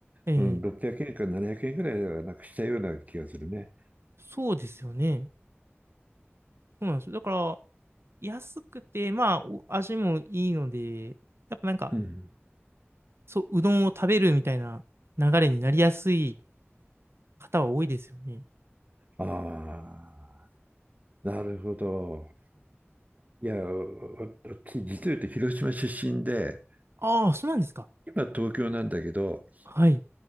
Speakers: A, on the right; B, on the right.
A: ええ、
B: うん、600円か700円ぐらいはなんかしたような気がするね。
A: そうですよね。そうなんですよ。だから、安くて、まあ、お味もいいので、やっぱなんか、
B: うん。
A: そう、うどんを食べるみたいな流れになりやすい方は多いですよね。
B: ああ、なるほど。いや、おお私実を言うと広島出身で、
A: ああ、そうなんですか。
B: 今東京なんだけど、
A: はい。